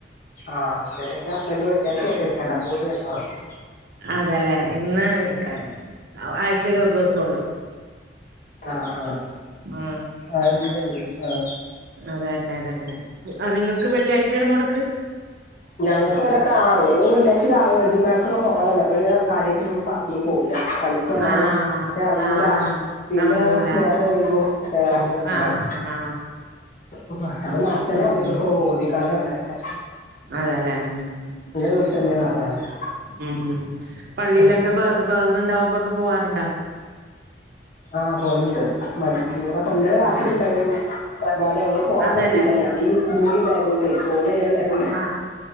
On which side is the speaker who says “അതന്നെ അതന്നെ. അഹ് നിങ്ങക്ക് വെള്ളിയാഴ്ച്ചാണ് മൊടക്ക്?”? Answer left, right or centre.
Right